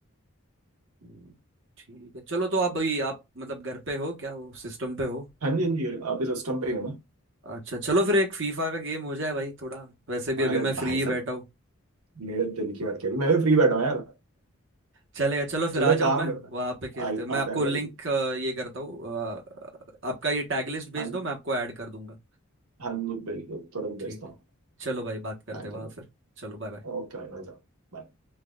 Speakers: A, on the right (about 55°); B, on the right (about 85°).
A: हम्म, ठीक है चलो तो आप भाई आप मतलब घर पे हो क्या वो सिस्टम पे हो
B: हाँ जी हाँ जी आप इस सिस्टम पे ही हो ना
A: अच्छा चलो फिर एक फीफा का गेम हो जाए भाई थोड़ा वैसे भी
B: अरे
A: अभी मैं फ्री
B: भाई
A: ही बैठा
B: साहब
A: हूँ
B: मेरे दिल की बात कह रही मैं भी फ्री बैठा हूँ यार
A: चलेगा चलो फिर
B: चलो
A: आ
B: एक
A: जाओ
B: काम
A: मैं
B: करता
A: वहां पे खेलते
B: है आई
A: हैं मैं आपको
B: आता है भाई
A: लिंक ये करता हूँ अ, आपका ये टैग लिस्ट
B: हाँ
A: भेज दो मैं आपको ऐड कर दूंगा
B: हाँ जी बिल्कुल तुरंत
A: ठीक
B: भेजता
A: है
B: हूँ
A: चलो भाई बात करते
B: Thank
A: हैं वहां
B: you
A: फिर चलो बाय बाय
B: ओके भाई साहब Bye.